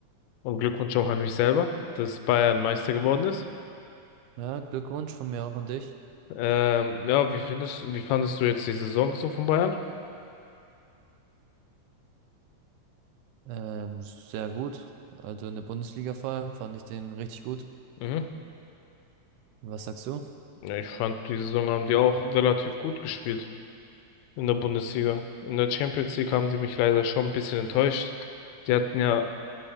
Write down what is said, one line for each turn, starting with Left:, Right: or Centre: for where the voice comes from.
Left: und Glückwunsch auch an mich selber, dass Bayern Meister geworden ist.
Right: Ja, Glückwunsch von mir auch an dich.
Left: Ähm, ja, wie findest, wie fandest du jetzt die Saison so von Bayern?
Right: Ähm, sehr gut. Also in der Bundesliga vor allem fand ich den richtig gut.
Left: Mhm.
Right: Was sagst du?
Left: Ja, ich fand, die Saison haben die auch relativ gut gespielt in der Bundesliga. In der Champions League haben die mich leider schon ein bisschen enttäuscht. Die hatten ja